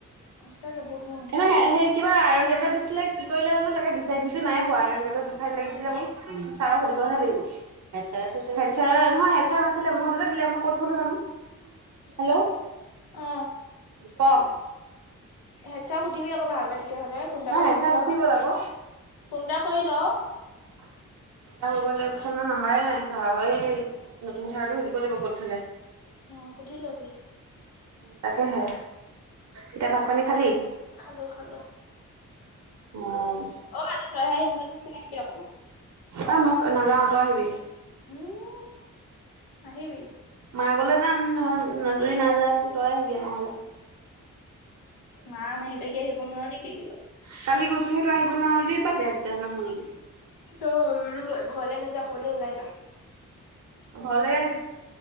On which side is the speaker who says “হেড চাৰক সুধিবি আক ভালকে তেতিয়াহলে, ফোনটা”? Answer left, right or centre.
Left